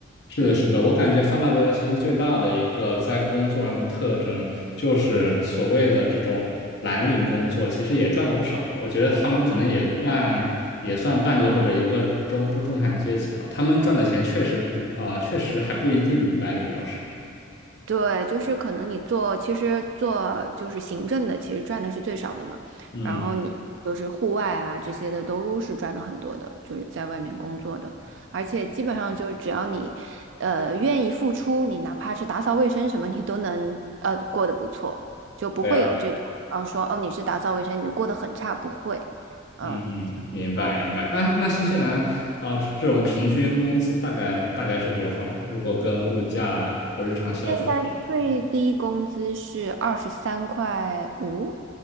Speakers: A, on the left; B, on the right.
A: 是的，
B: 嗯。
A: 是的，我感觉发达国家其实最大的一个在工作上的特征，就是所谓的这种蓝领工作，其实也赚了不少。我觉得他们可能也算也算半个或者一个中中中产阶级吧，他们赚的钱确实不啊、确实还不一定比白领要少。
B: 对，就是可能你做，其实做就是行政的，其实赚的是最少的嘛。
A: 嗯，
B: 然后你就是户外啊这些的都是赚的很多的，就是在外面工作的，而且基本上就是只要你，呃，愿意付出，你哪怕是打扫卫生什么，你都能呃过得不错，就不会有这种嗯说哦你是打扫卫生，
A: 对啊，
B: 你过得很差，不会，嗯。
A: 嗯嗯，明白明白。
B: 哦，
A: 那那新西兰啊、这种平均工资大概大概是多少呢？如果跟物价和日常消费比的话，
B: 现在最低工资是二十三块五